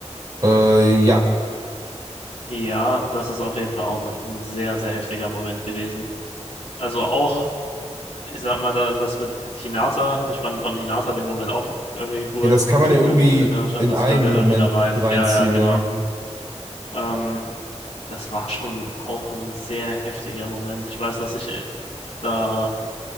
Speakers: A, on the right; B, on the left.
A: äh, ja.
B: Ja, das ist auf jeden Fall auch ein, ein sehr, sehr heftiger Moment gewesen. Also auch, ich sag mal, da, das mit Hinata, ich fand von Hinata den Moment auch irgendwie cool,
A: Ja, das kann man
B: wie die
A: ja irgendwie
B: gerade Hülle da stand,
A: in
B: das
A: einen
B: gehört ja
A: Moment
B: irgendwie da rein.
A: reinziehen,
B: Ja, ja, genau.
A: ja.
B: Ähm, Das war schon auch ein sehr heftiger Moment. Ich weiß, dass ich äh, da